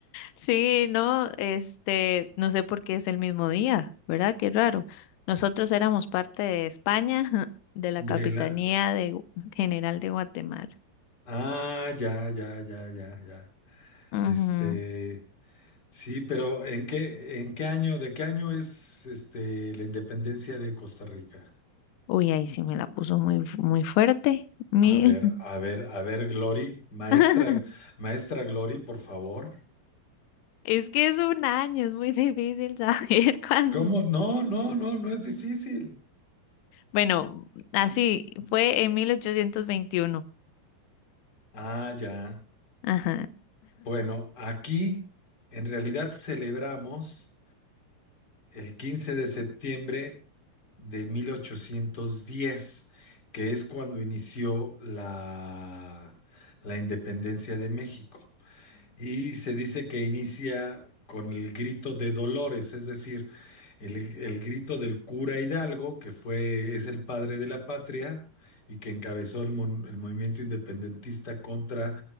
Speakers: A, on the left; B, on the left.
A: Sí, no, este, no sé por qué es el mismo día, ¿verdad? Qué raro. Nosotros éramos parte de España, <laughs> de la
B: De
A: Capitanía
B: la.
A: de Gu- General de Guatemala.
B: Ah, ya, ya, ya, ya, ya.
A: Ujú.
B: Este, sí, pero ¿en qué, en qué año, de qué año es este la independencia de Costa Rica?
A: Uy, ahí sí me la puso muy, fu- muy fuerte. Mi-
B: A ver, a ver, a ver, Glory, maestra,
A: <laughs>
B: maestra Glory, por favor.
A: Es que es un año, es muy difícil saber <laughs> cuándo.
B: ¿Cómo? No, no, no, no es difícil.
A: Bueno, así fue en 1821.
B: Ah, ya.
A: Ajá.
B: Bueno, aquí en realidad celebramos el quince de septiembre de mil ochocientos diez, que es cuando inició la, la independencia de México. Y se dice que inicia con el grito de Dolores, es decir, el, el grito del cura Hidalgo, que fue, es el padre de la patria y que encabezó el, mon- el movimiento independentista contra